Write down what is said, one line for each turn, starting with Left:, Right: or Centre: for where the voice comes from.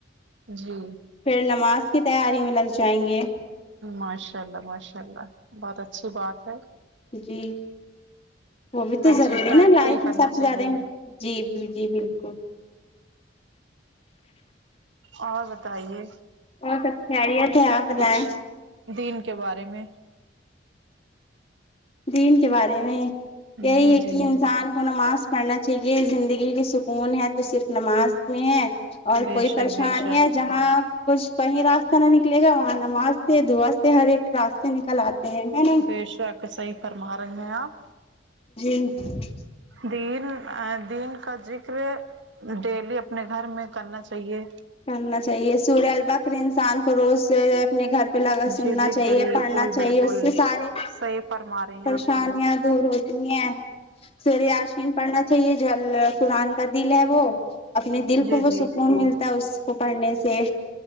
Right: جی
Left: پھر نماز کی تیاری میں لگ جائیں گے
Right: ماشاءاللہ ماشاءاللہ بہت اچھی بات ہے
Left: جی وہ بھی
Right: ہر
Left: تو ضروری
Right: چیز ٹائم
Left: ہے نا لائف
Right: سے ہی کرنا
Left: میں سب
Right: چاہیے
Left: سے زیادہ جی بالکل بالکل
Right: اور بتائیے
Left: اور سب خیریت ہے آپ بتائیں
Right: کچھ دین کے بارے میں
Left: دین کے بارے میں یہی
Right: جی
Left: ہے
Right: جی
Left: کہ انسان کو نماز پڑھنا چاہیے زندگی کی سکون ہے تو صرف نماز میں ہے اور
Right: بے
Left: کوئی
Right: شک
Left: پریشانی
Right: بے شک
Left: ہے جہاں کچھ کہیں راستہ نہ نکلے گا وہاں نماز سے دعا سے ہر ایک راستے نکل آتے ہیں ہے نا
Right: بے شک صحیح فرما رہے ہیں آپ
Left: <unintelligible>
Right: دن دن کا ذکر ڈیلی اپنے گھر میں کرنا چاہیے
Left: کرنا چاہیے سورہ البکر انسان کو روز سے اپنے گھر پہ لگ سننا
Right: جی جی
Left: چاہیے
Right: بالکل
Left: پڑھنا چاہیے
Right: بالکل
Left: اس سے سارے
Right: صحیح فرما رہی
Left: پریشان
Right: ہیں آپ
Left: یاں دور ہوتی ہیں سورہ یاشین پڑھنا چاہیے جو ال قرآن کا دل ہے وہ اپنے دل
Right: جی
Left: کو وہ
Right: جی
Left: سکون ملتا ہے اس کو پڑھنے سے